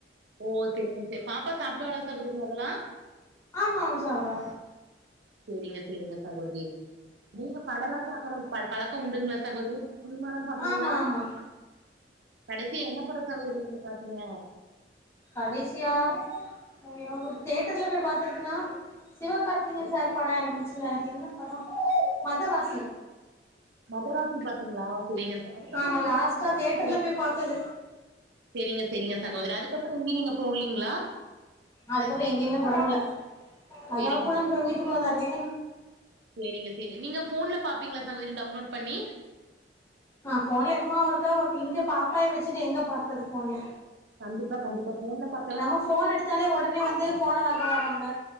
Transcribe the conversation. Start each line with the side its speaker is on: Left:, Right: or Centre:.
Right: ஓ செரிங்க செரி பாப்பா சாப்டுவாளா சகுதுங்க அதெல்லா
Left: ஆமா ஆமா சாப்டுவா
Right: செரிங்க செரிங்க சகோதரி நீங்க படோல்லா பாக்குற பழக்கம் உண்டுங்களா சகோதிரி சினிமா லா பாப்பீங்ளா
Left: ஆமா ஆமா
Right: கடைசி என்ன படோ சகோதிரி நீங்க பாத்தீங்க
Left: கடைசியா ஐயோ தியேட்டர்ல போய் பாத்ததுனா சிவகார் திகேய
Right: ஓ,
Left: சார் படோ எறங்குச்சுல அது என்ன படோ மதராச
Right: மதராசி பாத்தீங்களா சரிங்க சார் அதுக்கப்புறம்
Left: ஆமா
Right: நீங்க
Left: லாஸ்ட்டா
Right: சே
Left: தேட்டர்ல
Right: போ
Left: போய் பாத்தது
Right: சரிங்க சரிங்க சகோதரி அதுக்கப்புறம் எங்கய நீங்க போகலீங்களா
Left: அதுக்கப்புறம் எங்கேயுமே போகல அதுக்கற
Right: சரிங்க சரிங்க
Left: வீட்டுக்குள்ள தா இருக்கே
Right: சரிங்க சரி நீங்க போன்ல பாப்பீங்களா சங்க வீட்டு டவுன்லோட் பண்ணி
Left: ஆஹ் போன்ல எப்பமா ஒருக்கா எங்க பாப்பாவை வச்சுட்டு எங்க பாக்குறது போன்ல
Right: கண்டிப்பா கி போன்ல பா
Left: நம்ம போன் எடுத்தாலே உடனே வந்து போனை வாங்க வறங்க